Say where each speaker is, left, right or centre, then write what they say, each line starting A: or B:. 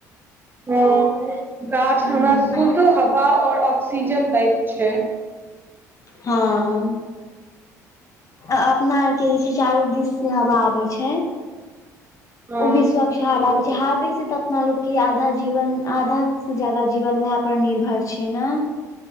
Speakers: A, on the right; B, on the left.
A: हँ गाछ
B: हूँ
A: हमरा शुजो हवा आओर ऑक्सीजन दैत छै
B: हँ अपना कहै छै चारू दिस से हवा आबै छै
A: हँ
B: ओ बी स्व <unintelligible> अपना लोक के आधा जीवन आधा से जादा जीवन व पर निर्भर छीयै न